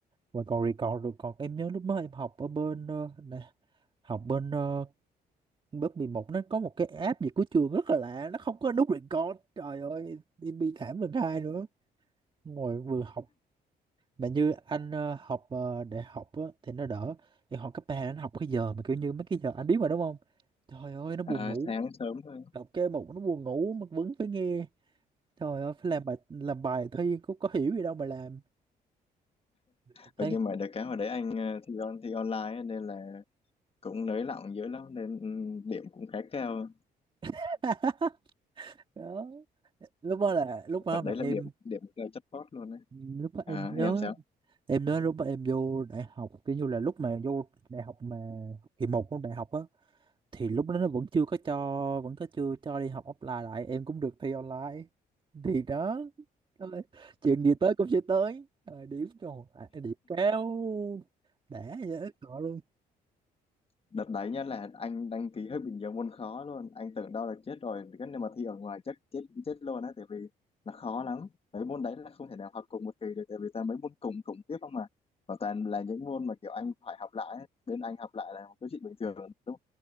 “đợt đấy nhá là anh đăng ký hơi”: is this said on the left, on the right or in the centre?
Left